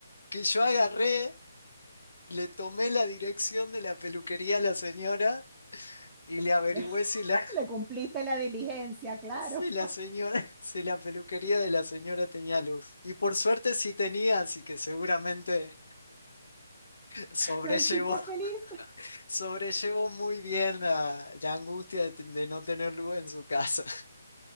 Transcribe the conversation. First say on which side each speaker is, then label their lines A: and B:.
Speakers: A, on the left (about 70°); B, in the centre.
A: que yo agarré, le tomé la dirección de la peluquería a la señora y le averigüé
B: Le, <laughs>
A: si la,
B: le cumpliste la diligencia,
A: <laughs>
B: claro.
A: si la señora, si la peluquería de la señora tenía luz. Y por suerte sí tenía, así que seguramente sobrellevó,
B: La hiciste
A: <laughs>
B: feliz,
A: sobrellevó muy bien la, la angustia de, de no tener luz en su casa.